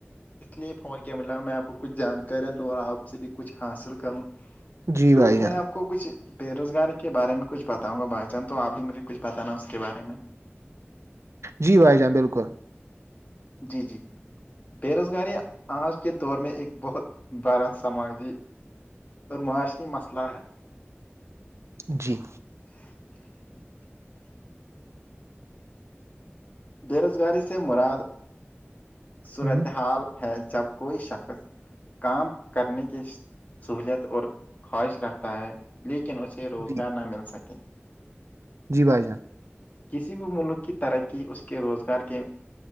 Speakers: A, on the left; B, on the right.
A: اس لیے فون کیا ملا میں آپ کو کچھ جانکاریاں دوںا آپ سے بھی کچھ حاصل کروں
B: جی
A: تو
B: بھائی
A: میں
B: جان
A: آپ کو کچھ بے روزگاری کے بارے میں کچھ بتاؤں گا بھائی جان تو آپ بھی مجھے کچھ بتانا اس کے بارے میں
B: جی بھائی جان بالکل
A: جی جی بے روزگاری آج کے دور میں ایک بہت بڑا سماجی پر معاشی مسئلہ ہے
B: جی
A: <inaudible> بے روزگاری سے مراد صورتحال
B: ہم،
A: ہے جب کوئی شخص کام کرنے کی سہولت اور خواہش رکھتا ہے لیکن اسے روزگار
B: جی
A: نہ مل سکے
B: جی بھائی جان
A: کسی بھی ملک کی ترقی اس کے روزگار کے